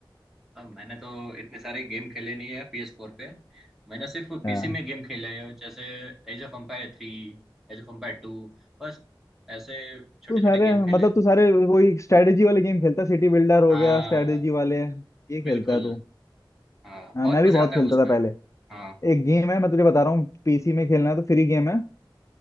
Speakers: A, in the centre; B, on the left.
A: अब मैंने तो इतने सारे गेम खेले नहीं है PS4 फोर पे मैंने सिर्फ
B: हाँ
A: पीसी में गेम खेले हैं जैसे Age of Empire three Age of Empire two बस ऐसे छोटे
B: तू
A: छोटे
B: सारे
A: गेम खेले
B: मतलब
A: हैं।
B: तू सारे वही स्ट्रेटेजी वाले गेम खेलता सिटी बिल्डर हो
A: हाँ
B: गया स्ट्रेटेजी वाले ये
A: बिल्कुल
B: खेलता है तू
A: हाँ
B: हाँ
A: बहुत
B: मैं
A: मजा
B: भी बहुत
A: आता
B: खेलता
A: है उसमें
B: था पहले
A: हाँ
B: एक गेम है मैं तुझे बता रहा हूँ पीसी में खेलना है तो फ्री गेम है